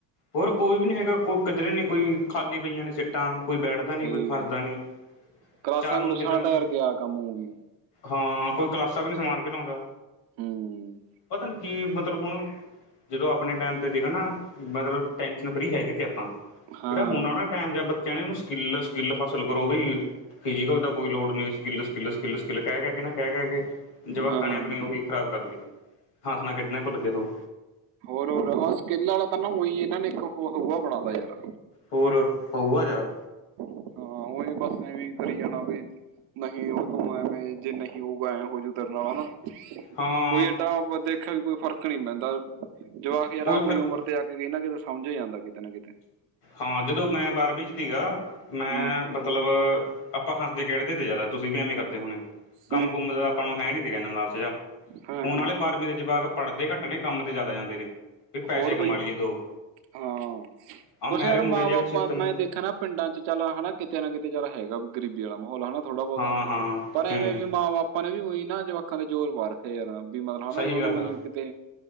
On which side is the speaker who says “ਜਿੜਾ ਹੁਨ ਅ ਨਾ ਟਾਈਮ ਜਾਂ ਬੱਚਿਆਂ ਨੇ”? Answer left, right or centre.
Left